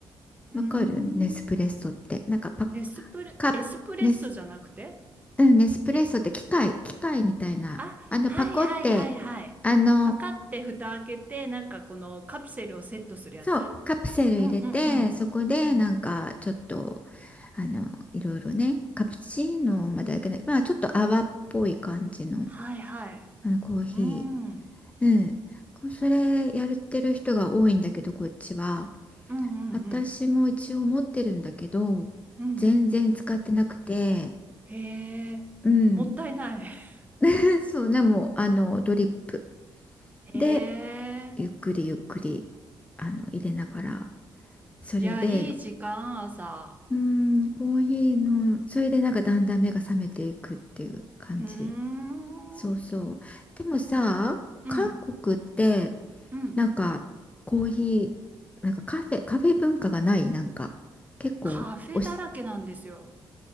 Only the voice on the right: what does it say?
うーん
ネスプレ、
エスプレッソじゃなくて
え、
あ、
はいはいはいはい。
パカって蓋開けて、なんかこのカプセルをセットするやつ
うんうんうん。
うん
はいはい。
うん。うん
うんうん
うん。
へえ。
もったいない。<laughs>
へえ。
いや、いい時間、朝。
うーん。
うん。
うん。
カフェだらけなんですよ。